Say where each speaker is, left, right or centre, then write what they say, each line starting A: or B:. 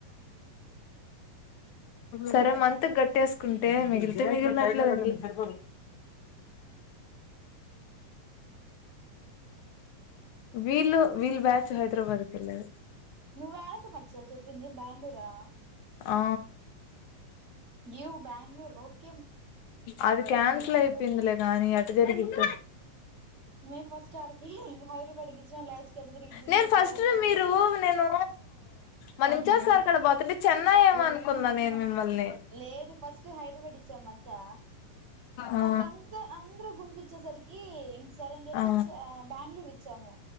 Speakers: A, on the left; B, on the right.
A: సరే మంత్ కి కట్టేసుకుంటే మిగిలి తే మిగిలినట్లే కదా వీళ్ళు వీల్ బ్యాచ్ హైదరాబాద్ క వెళ్ళలేదా
B: నువ్వు యాడికి మచ్చా చెప్పింది బెంగళూరా
A: ఆ
B: యు బ్యాంగళూర్ ఓే
A: అది క్యాన్సల్ అయిపోయిందిలే నాది అట జరిగిద్దా
B: మేము ఫస్ట్ ఆడికి హైదరాబాద్ కి ఇచ్చినాం లాస్ట్ కి అటు తిరిగి ఇటు తిరిగి
A: నేన్ ఫస్ట్
B: హైదరాబాద్
A: మీరు
B: కి వచ్చాం
A: నేను మన ఇంచసారు ఇక్కడ పోతుంటె చెన్నై ఏమో అనుకున్నాా నేను మిమ్మల్ని
B: లేదు ఫస్ట్ హై వడి చమాచా
A: ఆ
B: తర్వాత అంద అందరుూ గుంపచ్చేసరికి ఇంకా సరే అని చెప్పి
A: ఆ
B: బెంగళూరు ఇచ్చాము